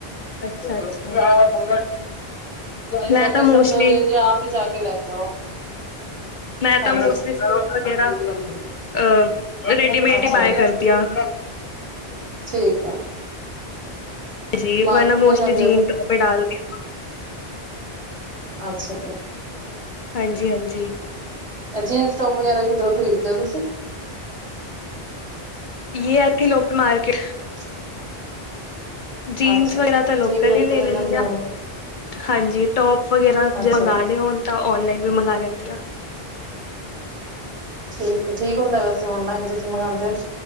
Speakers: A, on the left (about 55°); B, on the right (about 70°).
A: ਅੱਛਾ -ਅੱਛਾ
B: ਇਸ
A: ਮੈਂ
B: ਕਰਕੇ
A: ਤਾਂ
B: ਸਭ
A: ਮੋਸਟਲੀ,
B: ਤੋਂ ਵਧੀਆ ਜੀ ਆਪ ਹੀ ਜਾ ਕੇ ਲੈ ਕੇ ਆਓ
A: ਮੈਂ
B: ਹਾਂਜੀ
A: ਤਾਂ ਮੋਸਟਲੀ ਵਗੈਰਾ ਅ ਰੇਡੀਮੇਡ
B: ਅੱਛਾ
A: ਹੀ ਬਾਏ
B: ਜੀ
A: ਕਰਦੀ ਆਂ
B: ਠੀਕ ਹੈ
A: ਜੀ
B: ਮਾਰਕੀਟ
A: ਵ ਮੋਸਟਲੀ
B: ਤੋਂ ਹੀ ਲੈਂਦੇ
A: ਜੀਨ
B: ਹੋ ਫਿਰ
A: ਟੋਪ ਈ ਡਾਲ ਦੀਆ
B: ਅੱਛਾ ਜੀ
A: ਹਾਂਜੀ- ਹਾਂਜੀ
B: ਅ ਜਿਨਸ ਟੋਪ ਵਗੈਰਾ ਕਿੱਧਰੋਂ ਖਰੀਦਦੇ ਹੋ ਤੁਸੀਂ
A: ਯ ਐਥੇ ਲੋਕਲ ਮਾਰਕਿਟ
B: <inaudible>
A: ਜੀਨਸ
B: ਅੱਛਾ
A: ਵਗੈਰਾ
B: ਜੀ
A: ਤਾਂ ਲੋਕਲ
B: ਠੀਕ ਰੇਟ
A: ਹੀ ਲੈ
B: ਤੇ ਮਿਲ
A: ਲੈਂਦੇ
B: ਜਾਂਦੇ
A: ਆ
B: ਹੋਣੇ
A: ਹਾਂਜੀ, ਟੋਪ ਵਗੈਰਾ ਜੇ
B: ਅੱਛਾ
A: ਮੰਗਵਾਉਣੇ
B: ਜੀ
A: ਹੋਣ ਤਾਂ ਓਨਲਾਈਨ ਵੀ ਮੰਗਵਾ ਲੈਂਦੀ ਆ
B: ਠੀਕ ਠੀਕ ਹੁੰਦਾ ਵੈਸੇ ਔਨਲਾਈਨ, ਤੁਸੀਂ ਮੰਗਵਾਉਂਦੇ ਹੋ